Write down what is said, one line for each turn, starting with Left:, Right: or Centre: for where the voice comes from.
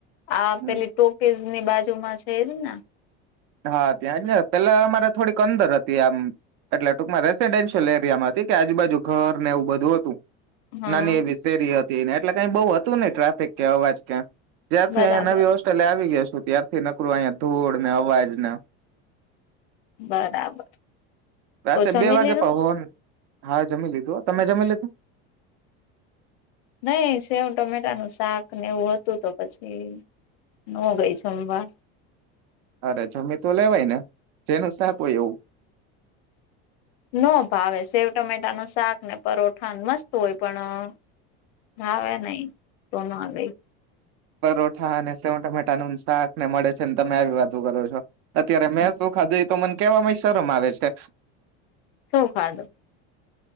Left: આ
Right: જ
Left: પેલી ટોકીઝ ની બાજુમાં છે, એ જને?
Right: હા ત્યાં જ ને પેલા અમારે થોડીક અંદર હતી આમ એટલે ટુંકમાં રેસીડેન્શિયલ એરિયામાં હતી કે આજુબાજુ ઘર ને એવું બધું હતું.
Left: હા
Right: નાની એવિ શેરી હતી એટલે કઈ બહુ હતું નઈ ટ્રાફિક કે અવાજ ક્યાય. જ્યારથી
Left: બરાબર
Right: અહીંયા નવી હોસ્ટેલે આવી ગયા છું ત્યારથી નકડુ અહીંયા ધૂળ ને અવાજને
Left: બરાબર
Right: રાતે
Left: તો જમી
Right: બે વાગે
Left: લીધું
Right: પણ હોંન હા જમી લીધું તમે જમી લીધું?
Left: નહી સેવ ટમેટા નું શાક ને એવું હતું તો પછી નો ગઈ જમવા.
Right: અરે જમી તો લેવાય ને જેનું સાખ હોય એવું.
Left: નો ભાવે સેવ ટમેટા ન શાક ને પરોઠા મસ્ત હોય પણ હાવે નહી તો નો ગઈ.
Right: પરોઠા અને સેવ ટમેટા નું શાક ને મળે છે ને તમે આવી વાત કરો છો. અત્યારે મે સું ખાધું તો મને કેહેવામાંય શરમ આવે છે.
Left: શુ ખાધુ?